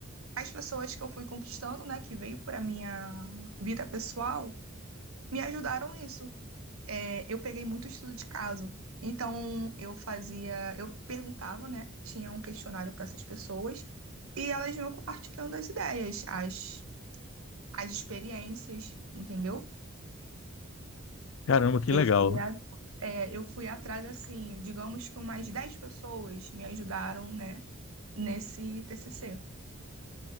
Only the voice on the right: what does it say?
as pessoas que eu fui conquistando, né? Que veio para minha vida pessoal, me ajudaram nisso é, eu peguei muito estudo de caso. Então, eu fazia, eu perguntava, né? Tinha um questionário para essas pessoas e elas iam compartilhando as ideias, as, as experiências, entendeu?
Eu
fui, a- é, eu fui atrás, assim, digamos que umas 10 pessoas me ajudaram, né, nesse TCC.